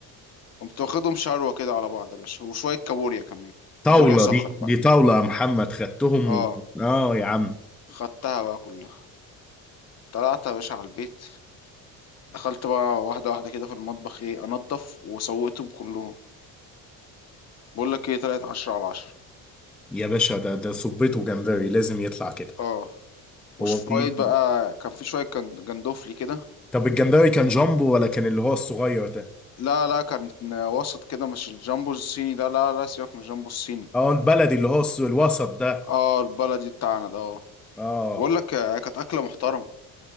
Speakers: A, on the left; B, in the centre.
A: قمت واخدهم شروة كده على بعض يا باشا وشوية كابوريا كمان
B: طاولة
A: كابوريا صخر
B: دي
A: بقى
B: دي طاولة يا محمد خدتهم
A: اه
B: و... اه يا عم
A: خدتها بقى كلها طلعت يا باشا على البيت دخلت بقى واحدة واحدة كده في المطبخ ايه انضف وسويتهم كلهم بقول لك ايه طلعت عشرة على عشرة
B: يا باشا ده ده صبيته جمبري لازم يطلع كده
A: اه وشوية
B: هو في
A: بقى كان في شوية كان- جندوفلي كده
B: طب الجمبري كان جامبو ولا كان اللي هو الصغير ده
A: لا لا كان وسط كده مش الجامبو الصيني ده لا لا سيبك من الجامبو الصيني
B: اه البلدي اللي هو الص- الوسط ده
A: اه البلدي بتاعنا ده اه
B: اه
A: بقول لك آه، كانت اكله محترمه